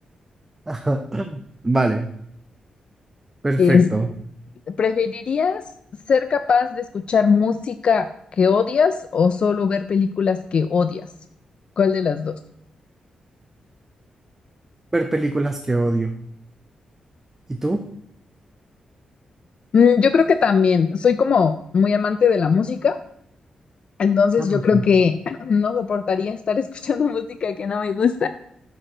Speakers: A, on the right; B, on the left.
A: <laughs> Vale, perfecto.
B: Es, ¿preferirías ser capaz de escuchar música que odias o solo ver películas que odias? ¿Cuál de las dos?
A: Ver películas que odio. ¿Y tú?
B: Mm, yo creo que también. Soy como muy amante de la música, entonces
A: Ah,
B: yo
A: ok.
B: creo que <clears throat> no soportaría estar escuchando <laughs> música que no me gusta.